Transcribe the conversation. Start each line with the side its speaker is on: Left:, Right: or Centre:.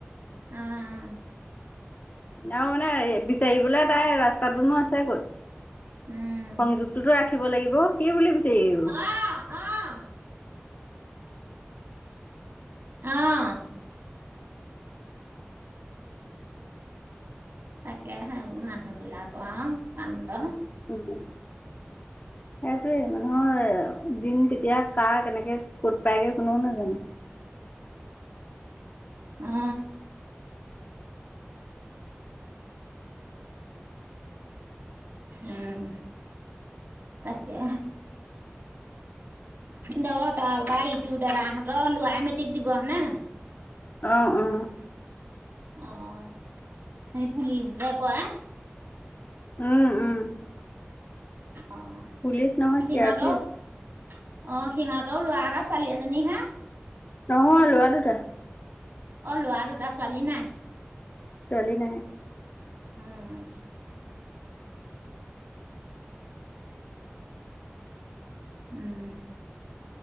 Right: উম।
Left: মানে বিচাৰিলে তাই ৰাস্তাটোনো আছে ক'ত?
Right: উম।
Left: সংযোগতোটো ৰাখিব লাগিব, কি বুলি বিছাৰি আহিব?
Right: অ', অ', অ তাকে সেইবোৰ মানুহ বিলাকৰ আৰু কাণ্ড
Left: উ সেইটোৱে মানুহৰ দিন কেতিয়া কেতিয়া কেনেকে কত পায়গে কোনেও নাজানে
Right: উম উম তাকে দ তাৰপৰা ইটো দাদা হঁতৰ লৰাই মেট্ৰিক দিব হয় নে নহয়
Left: অ', অ'।
Right: অ', অ', সেই পুলিচ যে কৰে।
Left: উম-উম। <unintelligible>
Right: অঁ! <unintelligible>
Left: পুলিচ নহয়
Right: সিহঁত‌ও
Left: চি আৰ পি
Right: অঁ!
Left: এফ
Right: সিহঁতৰো ল'ৰা এটা ছোৱালী এজনীহে। <inaudible>
Left: নহয় ল'ৰা দুটা। <unintelligible>
Right: অ! ল'ৰা দুটা। ছোৱালী নাই? <unintelligible>
Left: ছোৱালী নাই। <inaudible>
Right: উম-উম <inaudible> <unintelligible> উম।